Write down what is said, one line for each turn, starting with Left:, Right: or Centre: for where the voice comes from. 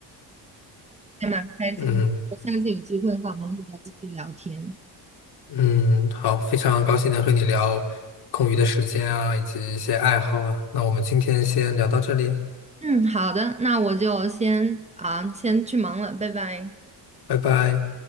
Right: 还蛮开心的。
Left: 嗯
Right: 我下次有机会的话，我们会再继续聊天。
Left: 嗯，好，非常高兴能和你聊空余的时间啊，以及一些爱好啊，那我们今天先聊到这里，
Right: 嗯，好的，那我就先啊，先去忙了，拜拜。
Left: 拜拜。